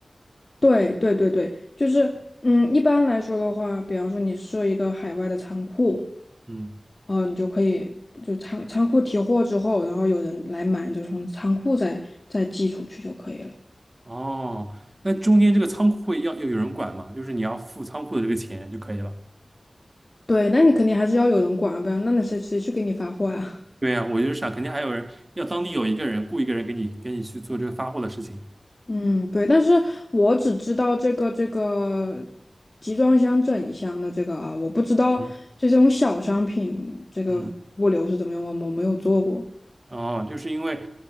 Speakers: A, on the left; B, on the right.
A: 对对对对，就是嗯，一般来说的话，比方说你设一个海外的仓库，
B: 嗯，
A: 呃，你就可以就仓仓库提货之后，然后有人来买，你就从仓库再再寄出去就可以了。
B: 哦，那中间这个仓库会要要有人管吗？就是你要付仓库的这个钱就可以了。
A: 对，那你肯定还是要有人管啊，不然那那谁谁去给你发货啊？
B: 对呀，我就是想，肯定还有人要当地有一个人雇一个人给你给你去做这个发货的事情。
A: 嗯，对，但是我只知道这个这个集装箱整一箱的这个啊，我不知道就这种小商品这个物流是怎么样，
B: 嗯，嗯，
A: 我我没有做过，
B: 哦，就是因为